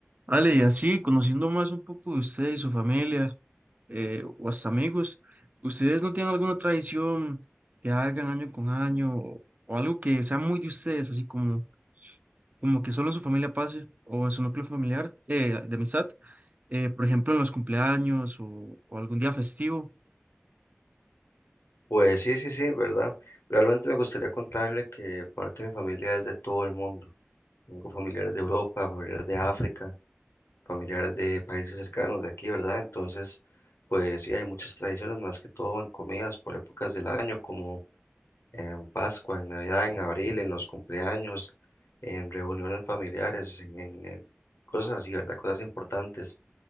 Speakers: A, on the right; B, on the left.
A: Ale, y así, conociendo más un poco de usted y su familia, eh, o hasta amigos, ¿ustedes no tienen alguna tradición que hagan año con año o, o algo que sea muy de ustedes, así como, como que solo en su familia pase o en su núcleo familiar eh, de amistad? Eh, por ejemplo, en los cumpleaños o, o algún día festivo.
B: Pues sí, sí, sí, ¿verdad? Realmente me gustaría contarle que parte de mi familia es de todo el mundo. Tengo familiares de Europa, familiares de África, familiares de países cercanos de aquí, ¿verdad? Entonces, pues sí, hay muchas tradiciones, más que todo en comidas por épocas del año, como en Pascua, en Navidad, en abril, en los cumpleaños, en reuniones familiares, en, en- en cosas así, ¿verdad? Cosas importantes.